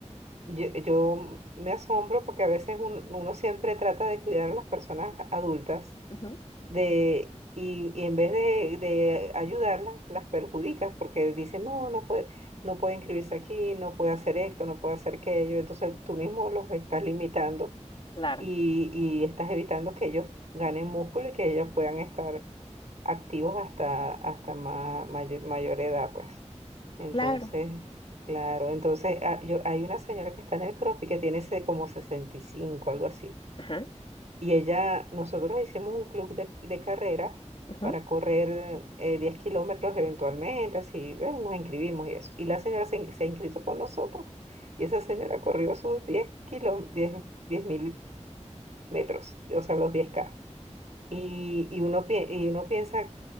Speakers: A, on the right (about 70°); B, on the left (about 45°).
A: yo, yo me asombro porque a veces un- uno siempre trata de cuidar a las personas adultas
B: Ujú,
A: de, y, y en vez de, de ayudarlas, las perjudicas porque dicen, no, no puede, no puede inscribirse aquí, no puede hacer esto, no puede hacer aquello. Entonces tú mismo los estás limitando
B: Claro,
A: y, y estás evitando que ellos ganen músculo y que ellos puedan estar activos hasta, hasta ma- mayor mayor edad, pues. Entonces,
B: claro.
A: claro, entonces ah, yo, hay una señora que está en el CrossFit que tiene ese como 65 algo así.
B: Ajá,
A: Y ella, nosotros hicimos un club de, de carrera
B: ujú,
A: para correr eh, 10 kilómetros eventualmente, así, eh, nos inscribimos y eso. Y la señora se, in- se ha inscrito con nosotros y esa señora corrió sus 10 kilo, diez mil metros, o sea, los diez k Y, y, uno, pi- y uno piensa